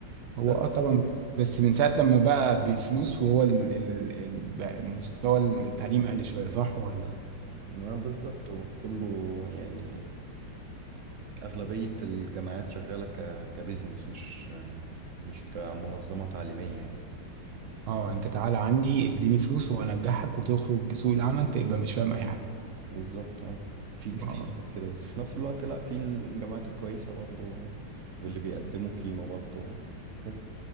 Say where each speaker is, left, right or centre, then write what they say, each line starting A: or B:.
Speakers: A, on the right; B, on the right.
A: هو
B: بس
A: اه طبعا بس من ساعه لما بقى بفلوس وهو ال- ال- ال- بقى مستوى التعليم قل شويه صح ولا
B: ما بالظبط هو كله يعني أغلبية الجامعات شغالة ك... كبزنس مش آه، مش كمنظمة تعليمية يعني
A: اه انت تعالى عندي اديني فلوس وانجحك وتخرج سوق العمل تبقى مش فاهم اي حاجه
B: بالظبط اه في كتير
A: اه
B: أوي كده بس في نفس الوقت لا في الجامعات الكويسة برضو واللي بيقدموا قيمة برضو كده